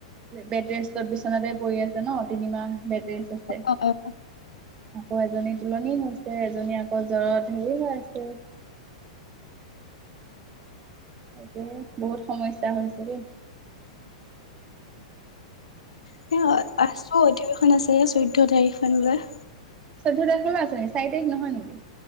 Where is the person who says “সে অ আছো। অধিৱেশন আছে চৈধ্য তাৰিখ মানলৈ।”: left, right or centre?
Left